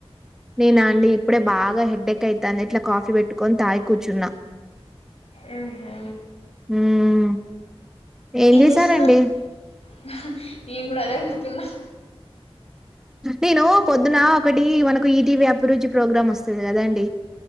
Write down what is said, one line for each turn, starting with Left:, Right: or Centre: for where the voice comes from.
Centre: నేనా అండి ఇప్పుడే బాగ హెడేక్ అయితాంది, ఇట్ల కాఫీ బేట్టుకొని తాగీ కూర్చున్నా.
Left: ఉమ్ హు
Centre: ఉమ్ ఏం చేశారండి
Left: నేన్ గూడ అదే అడుగు తున్న
Centre: నేను పొద్దున ఒకటి మనకు ఈటీవీ అభిరుచి ప్రోగ్రాం ఒస్తది గదండి